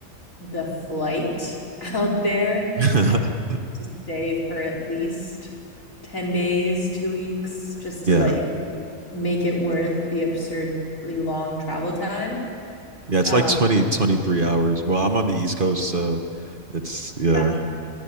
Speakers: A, on the left (about 65°); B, on the right (about 40°).
A: the flight <laughs> out there.
B: <laughs>
A: I have to stay for at least 10 days, two weeks, just
B: Yeah.
A: to like make it worth the absurdly long travel time.
B: Yeah, it's
A: Uh,
B: like twenty twenty three hours. Well, I'm on the East Coast, so it's yeah.
A: yeah,